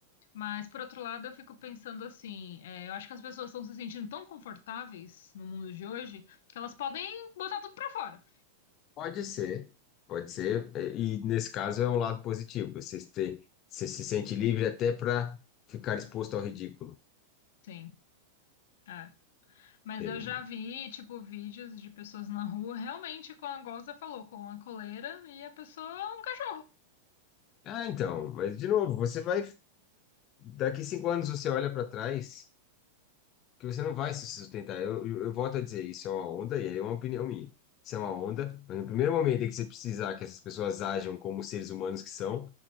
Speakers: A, on the left; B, on the left.
A: Mas, por outro lado, eu fico pensando assim, é, eu acho que as pessoas estão se sentindo tão confortáveis no mundo de hoje que elas podem botar tudo pra fora.
B: Pode ser, pode ser. E e nesse caso é um lado positivo. Você se, você se sente livre até para ficar exposto ao ridículo.
A: Sim. é. Mas
B: E-
A: eu já vi, tipo, vídeos de pessoas na rua, realmente, com a goza falou, com a coleira e a pessoa é um cachorro.
B: Ah, então, mas de novo, você vai. Daqui cinco anos você olha para trás Porque você não vai se sustentar. Eu, eu, eu volto a dizer, isso é uma onda, e aí é uma opinião minha. Isso é uma onda, mas no primeiro momento em que você precisar que essas pessoas ajam como seres humanos que são,